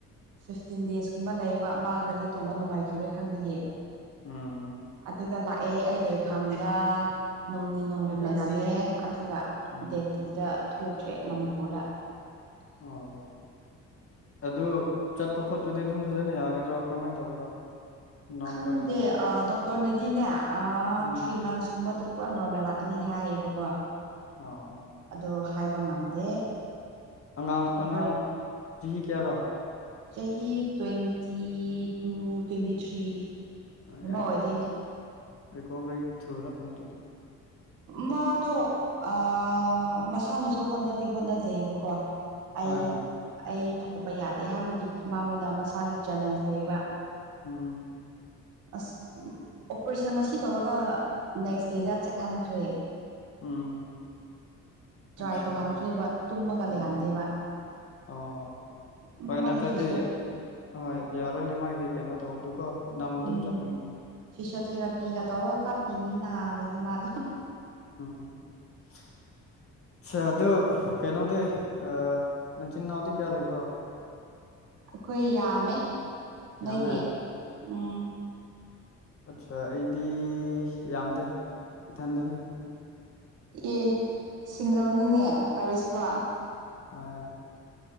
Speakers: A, on the right; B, on the left.
A: ꯐꯤꯐꯇꯤꯟ ꯗꯦꯁꯀꯨꯝꯕ ꯂꯩꯌꯦꯕ ꯃꯥ ꯒꯥꯔꯤ ꯇꯣꯡꯕ ꯅꯨꯡꯉꯥꯏꯈꯤꯔꯣꯏ ꯈꯪꯕꯒꯤ
B: ꯎꯝ
A: ꯑꯗꯨꯒ ꯂꯥꯛꯑꯦ ꯑꯩ ꯂꯩꯐꯝꯗ ꯅꯣꯡꯅꯤ ꯅꯣꯡꯅꯤ ꯂꯩ ꯂꯩꯔꯝꯃꯦ ꯑꯗꯨꯒ
B: ꯎꯝ
A: ꯗꯦꯠ ꯇꯨꯗ ꯊꯣꯛꯈ꯭ꯔꯦ ꯃꯅꯤꯄꯨꯔꯗ <inaudible>
B: ꯑꯣ ꯑꯗꯨ ꯆꯠꯄ ꯈꯣꯠꯄꯗꯤ ꯑꯗꯨꯝ ꯐꯖꯅ ꯌꯥꯒꯗ꯭ꯔꯣ ꯀꯔꯝꯍꯥꯏꯅ ꯇꯧꯒꯦꯔꯣ ꯅꯅꯥꯎꯄꯥꯒꯤꯗꯣ
A: ꯈꯪꯗꯦ ꯑꯥ ꯗꯣꯛꯇꯔꯅꯗꯤꯅꯦ ꯑꯥ
B: ꯎꯝ
A: ꯊ꯭ꯔꯤ ꯃꯥꯟꯁ ꯒꯨꯝꯕꯗ ꯄꯨꯔꯥ ꯅꯣꯔꯃꯦꯜ ꯂꯥꯛꯀꯅꯤꯗꯤ ꯍꯥꯏꯌꯦꯕꯀꯣ
B: ꯑꯥ
A: ꯑꯗꯣ ꯍꯥꯏꯕ ꯉꯝꯗꯦ
B: ꯑꯉꯥꯡ
A: ꯑꯣꯄꯔꯦ
B: ꯑꯉꯥꯡ ꯆꯍꯤ ꯀꯌꯥꯔꯣ
A: ꯆꯍꯤ ꯇ꯭ꯋꯦꯟꯇꯤ ꯇꯨ ꯇ꯭ꯋꯦꯟꯇꯤ ꯊ꯭ꯔꯤ ꯒꯨꯝꯕ
B: ꯌꯥꯏꯗ
A: ꯑꯣꯏꯗꯣꯏꯅꯦ
B: ꯑꯗꯨꯗꯤ ꯔꯤꯀꯣꯕꯔꯤ ꯊꯨꯔꯛꯅꯤ ꯑꯗꯨꯗꯤ
A: ꯃꯥꯗꯣ ꯑ ꯃꯁꯥꯅꯁꯨ ꯍꯣꯠꯅꯗꯤ ꯍꯣꯠꯅꯖꯩꯑꯦꯕꯀꯣ ꯑꯩ
B: ꯍꯣꯏ ꯍꯣꯏ
A: ꯑꯩ ꯐꯠꯇꯕ ꯌꯥꯗꯦ ꯍꯥꯏꯕꯒꯤ ꯃꯥꯡꯉꯣꯟꯗ ꯃꯁꯥꯒꯤ ꯆꯦꯂꯦꯟꯖ ꯂꯩꯕ
B: ꯎꯝ
A: ꯑꯁ ꯑꯣꯄꯔꯦꯁꯟ ꯉꯁꯤ ꯇꯧꯔꯒ ꯅꯦꯛꯁ ꯗꯦꯗ ꯆꯦꯛ ꯊꯟꯈ꯭ꯔꯦ
B: ꯎꯝ
A: ꯇ꯭ꯔꯥꯏ
B: ꯑꯆꯥ
A: ꯇꯧꯍꯟꯈ꯭ꯔꯦꯕ ꯇꯨꯝꯃꯒ
B: ꯎꯝ
A: ꯂꯩꯍꯟꯗꯦꯕ
B: ꯑꯣ
A: ꯎꯝ
B: ꯍꯣꯏ
A: ꯃꯥꯅ
B: ꯅꯠꯇ꯭ꯔꯗꯤ
A: ꯐꯤꯁꯣ
B: ꯑꯍꯣꯏ ꯌꯥꯔꯣꯏꯅꯦ ꯃꯥꯒꯤ ꯀꯩꯅꯣ ꯇꯧꯕꯗꯨꯀꯣ ꯅꯝ ꯑꯗꯨꯝ
A: ꯎꯝ
B: ꯆꯠꯄꯅꯤ
A: ꯐꯤꯁꯣꯊꯦꯔꯥꯄꯤꯒ ꯇꯧꯔꯒ ꯀꯥꯞꯄꯤꯅꯤ ꯅꯥꯕꯒꯤ ꯃꯥꯗꯣ
B: <unintelligible> ꯁꯥꯑꯗꯨ ꯀꯩꯅꯣꯗꯤ ꯑ ꯅꯆꯤꯟꯅꯅꯥꯎꯗꯤ ꯀꯌꯥ ꯂꯩꯕ꯭ꯔꯣ
A: ꯑꯩꯈꯣꯏ ꯌꯥꯝꯃꯦ ꯅꯣꯏꯗꯤ
B: ꯌꯥꯝꯃꯦ
A: ꯎꯝ
B: ꯑꯠꯆꯥ ꯑꯩꯗꯤ ꯌꯥꯝꯗ꯭ꯔꯦ ꯏꯊꯟꯗꯅꯦ
A: ꯑꯦ ꯁꯤꯡꯒꯜꯅꯤꯅꯦ ꯇꯧꯔꯤꯁꯤꯕ
B: ꯍꯣꯏ